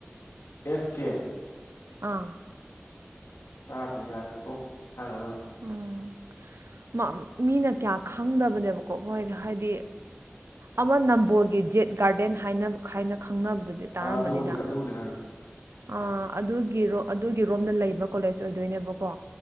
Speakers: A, on the left (about 85°); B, on the right (about 70°).
A: ꯑꯦꯁ ꯀꯦ꯫
B: ꯑꯥ꯫
A: ꯇꯥꯗ꯭ꯔꯤ ꯌꯥꯔꯦ ꯇꯣ ꯈꯪꯉꯔꯣꯏ ꯑꯗꯨ꯫
B: ꯎꯝ ꯃ ꯃꯤꯅ ꯀꯌꯥ ꯈꯪꯗꯕꯅꯦꯕꯀꯣ ꯃꯣꯏ ꯍꯥꯏꯗꯤ__ ꯑꯃ ꯅꯝꯕꯣꯜꯒꯤ ꯖꯦꯠ ꯒꯥꯔꯗꯦꯟ ꯍꯥꯏꯅ ꯍꯥꯏꯅ ꯈꯪꯅꯕꯗꯨꯗ__ ꯗꯨ ꯇꯥꯔꯝꯃꯅꯤꯗ
A: ꯑꯥ ꯑꯗꯨꯕꯨꯗꯤ ꯑꯗꯨꯕꯨꯗꯤ ꯈꯪꯉꯦ
B: ꯑꯥ ꯑꯗꯨꯒꯤꯔꯣ ꯑꯗꯨꯒꯤꯔꯣꯝꯗ ꯂꯩꯕ ꯀꯣꯂꯦꯖ ꯑꯣꯏꯗꯣꯏꯅꯦꯕꯀꯣ꯫